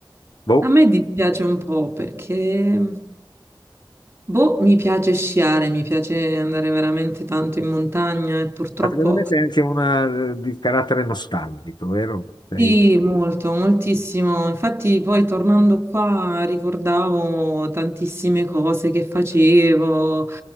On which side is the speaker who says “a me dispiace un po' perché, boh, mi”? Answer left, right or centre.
Right